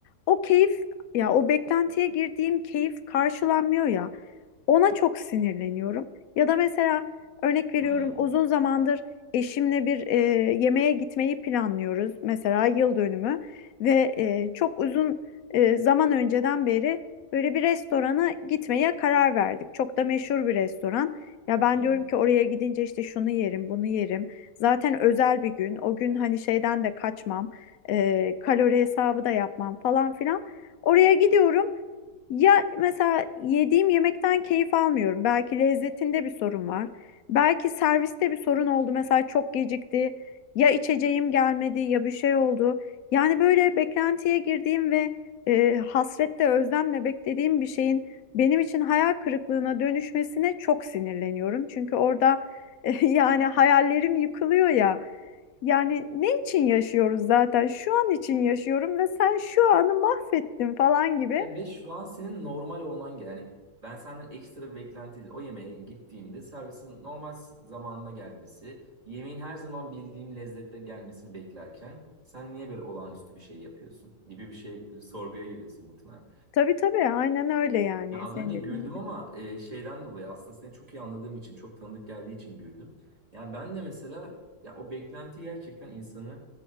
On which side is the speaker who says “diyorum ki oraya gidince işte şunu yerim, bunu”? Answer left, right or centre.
Left